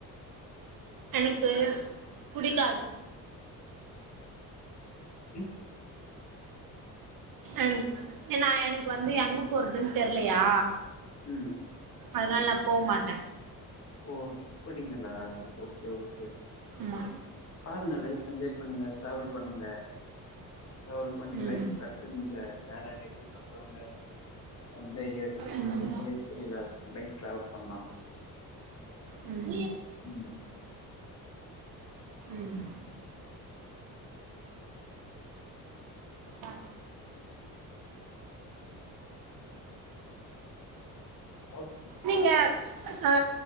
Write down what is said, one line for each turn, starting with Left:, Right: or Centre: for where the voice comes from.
Right: எனக்கு தெர்யாத் புடிக்காது
Left: ம்
Right: என் என்னா எனக்கு வந்து எங்க போற்துன் தெர்லயா
Left: ம்
Right: அதனால் நா போவ் மாட்ட
Left: ஓ அப்படிங்களா ஓகே ஓகே
Right: ஆமா
Left: பாருங்க லைஃப் என்ஜாய் பண்ணுங்க டிராவல் பண்ணுங்க ட்ராவல் பண்ணி
Right: ம்
Left: லைஃப்ஸ்
Right: ம்
Left: கத்துக்குங்க யார் யாரு எப்டி பட்டவங்க எந்த ஏதுன் சொல்ட்டு
Right: ம்
Left: உங்களுக்கு தெரியுல நைட் டிராவல் பண்ணா
Right: ம்
Left: ம்
Right: ம் அ
Left: அவரு
Right: நீங்க ஆ